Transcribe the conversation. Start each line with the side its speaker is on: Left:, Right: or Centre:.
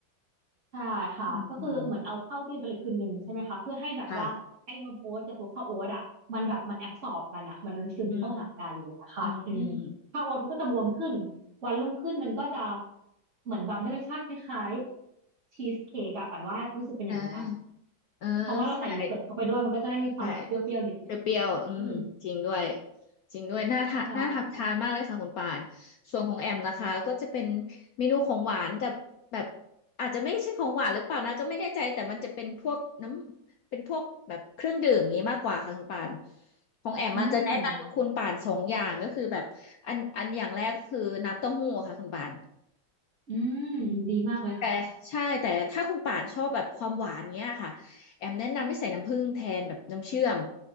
Right: ใช่ค่ะก็คือเหมือนเอาเข้าที่ไปเลยคืนหนึ่งใช่ไหมคะเพื่อให้แบบว่าไอ้นมโอ๊ตกับตัวข้าวโอ๊ตอ่ะมันแบบมันแอบสอร์บกันอ่ะมันมันซึมเข้าหากันอะไรอย่างเลยนะคะอืม
Left: อืมอืมค่ะอืมอืมอืม
Right: ข้าวโอ๊ตมันก็จะบวมขึ้นวันรุ่งขึ้นมันก็จะเหมือนแบบได้รสชาติคล้ายๆชีสเค้กอะปั่นว่ารู้สึกเป็นอย่างนั้นนะ
Left: อ่าเออใช่
Right: เพราะว่าเราใส่โยเกิร์ตเข้าไปด้วยมันก็จะได้มีความแบบเปรี้ยวๆนิดนึง
Left: ใช่เปรี้ยวๆอืมจริงด้วย
Right: อืม
Left: จริงด้วยน่าทานน่าทำทานมากเลยค่ะคุณป่าน
Right: ใช่ค่ะ
Left: ส่วนของแอมนะคะก็จะเป็นเมนูของหวานแต่แบบอาจจะไม่ใช่ของหวานหรือเปล่านะก็ไม่แน่ใจแต่มันจะเป็นพวกน้ำเป็นพวกแบบเครื่องดื่มอย่างนี้มากกว่าค่ะคุณป่านของแอมอาจจะแนะนำคุณป่านสองอย่างก็คือแบบอันอันอย่างแรกก็คือน้ำเต้าหู้ค่ะคุณป่าน
Right: อืมอืมดีมากเลยค่ะ
Left: แต่ใช่แต่ถ้าคุณป่านชอบแบบความหวานเนี้ยค่ะแอมแนะนำไม่ใส่น้ำผึ้งแทนแบบน้ำเชื่อม